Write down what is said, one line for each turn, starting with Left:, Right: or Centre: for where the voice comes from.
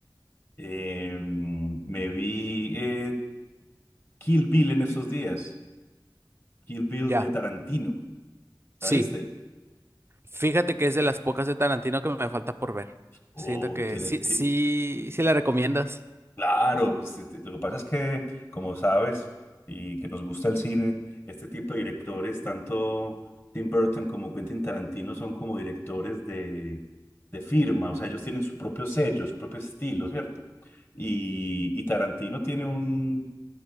Left: Eh, me vi eh, Kill Bill en estos días. Kill Bill
Right: Ya,
Left: de Tarantino, ¿la
Right: sí.
Left: viste?
Right: Fíjate que es de las pocas de Tarantino que me falta por ver.
Left: Uy,
Right: Siento que
Left: tiene,
Right: sí,
Left: ti-
Right: sí, sí la recomiendas.
Left: Claro, pues este, lo que pasa es que, como sabes, y que nos gusta el cine, este tipo de directores, tanto Tim Burton como Quentin Tarantino, son como directores de, de firma, o sea, ellos tienen su propio sello, su propio estilo, ¿cierto? Y, y Tarantino tiene un,